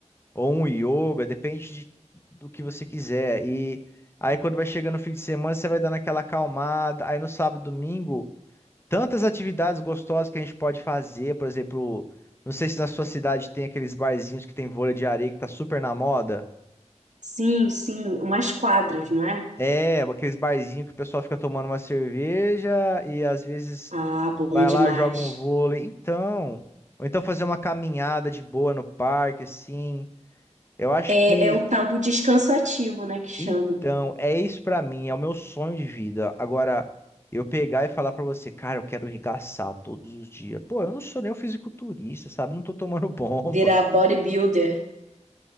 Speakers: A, on the left; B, on the right.
A: ou um yoga, depende de- do que você quiser. E aí quando vai chegando o fim de semana, você vai dando aquela acalmada. Aí no sábado, domingo, tantas atividades gostosas que a gente pode fazer, por exemplo, não sei se na sua cidade tem aqueles barzinhos que tem vôlei de areia que tá super na moda.
B: Sim, sim. Umas quadras, não é?
A: É, aqueles barzinhos que o pessoal fica tomando uma cerveja e às vezes
B: Ah, bom
A: vai
B: demais.
A: lá, joga um vôlei. Então, ou então fazer uma caminhada de boa no parque, assim. Eu acho
B: É,
A: que
B: é o tal do descanso ativo, né? Que chamam.
A: Então, é isso pra mim, é o meu sonho de vida. Agora, eu pegar e falar pra você, cara, eu quero regaçar todos os dias. Pô, eu não sou nem um fisiculturista, sabe? Não tô tomando <laughs> bomba.
B: Virar bodybuilder.